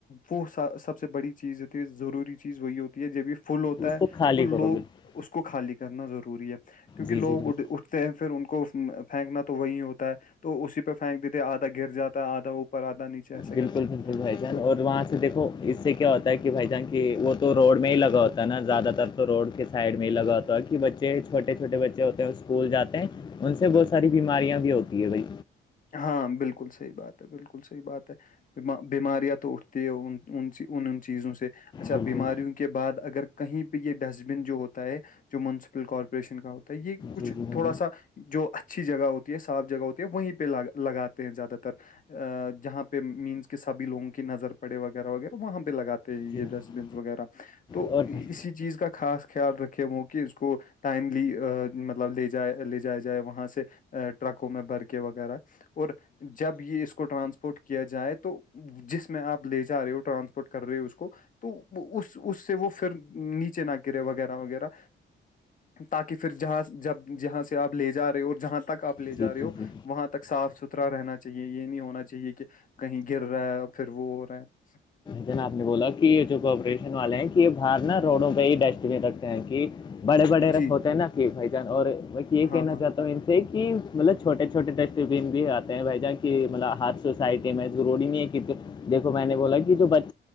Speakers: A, on the left; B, on the left.
A: وہ سب سے بڑی چیز ہوتی ہے ضروری چیز وہی ہوتی ہے جبھی فل ہوتا
B: اس
A: ہے
B: کو خالی
A: تو لوگ
B: کرو بالکل
A: اس کو خالی کرنا ضروری ہے کیونکہ
B: جی
A: لوگ
B: جی بھائی
A: ا اس سے پھر ان کو پھینکنا تو وہی ہوتا ہے تو اسی پہ پھینک دیتے آھا گر جاتا آدھا اوپر آھا نیچے ایسے
B: بالکل
A: کر کے
B: بالکل بھ
A: تو
B: اور وہاں سے دیکھو اس سے کیا ہوتا ہے کہ بھائی جان کی وہ تو روڈ میں ہی لگا ہوتا ہے نا زیادہ تر تو روڈ کے سائڈ میں یہ لگا ہوتا ہے کہ بچے چھوٹے چھوٹے بچے ہوتے ہیں اسکول جاتے ہیں ان سے بہت ساری بیماریاں بھی ہوتی ہے بھائی
A: ہاں بالکل صحیح بات ہے بالکل صحیح بات ہے بیماریاں تو اٹھتی ہے ان چیزوں سے اچھا
B: بالکل
A: بیماریوں کے بعد اگر کہیں پہ یہ ڈسٹ بن جو ہوتا ہے جو منسپل کارپوریشن کا ہوتا ہے یہ کچھ
B: جی جی بھائی
A: تھوڑا سا جو اچھی جگہ ہوتی ہے صاف جگہ ہوتی ہے وہیں پہ لگاتے ہیں زیادہ تر جہاں پہ مینس کے سبھی لوگوں کی نظر پڑے وغیرہ وغیرہ وہاں پہ لگاتے
B: جان.
A: یہ
B: جی
A: ڈسٹ بنس وغیرہ تو
B: اور بھائی
A: اسی چیز کا خاص خیال رکھے وہ کہ اس کو ٹائملی مطلب لے جائے لے جایا جائے وہاں سے ٹرکوں میں بھر کے وقت یر اور جب یہ اس کو ٹرانسپورٹ کیا جائے تو جس میں آپ لے جا رہے ہو ٹرانسپورٹ کر رہے ہو اس کو تو اس اس سے وہ پھر نیچے نہ گرے وغیرہ وغیرہ تاکہ پھر جہاں جب جہاں سے آپ لے جا رہے ہو اور جہاں تک آپ لے جا
B: جی
A: رہے
B: جی
A: ہو
B: جی
A: وہاں تک صاف ستھرا رہنا چاہیے یہ نہیں ہونا چاہیے کہ کہیں گر رہا ہے پھر وہ ہو رہا ہے
B: ج ن آپ نے بولا کہ یہ جو کپریشن والے ہیں کہ یہ باہر نا روڈوں پہ ہی ڈسٹ بین رکھتے ہیں کہ بڑے بڑے رکھ
A: جی
B: ہوتے ہیں نا کہ بھائی جان اور یہ
A: ہاں
B: کہنا
A: ہاں
B: چاہتا تو ان سے کی مطلب چھوٹے چھوٹے ڈسٹبین بھی آتے ہیں بھ جان کی مطلب ہاتھ سے سائٹیم ضوری نہیں ہے دیکو میں نے بولا کہ جو بچے